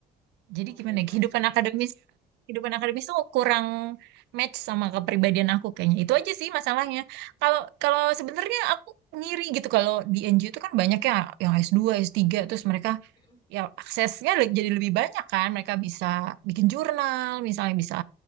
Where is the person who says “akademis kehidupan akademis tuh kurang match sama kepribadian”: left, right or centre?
Right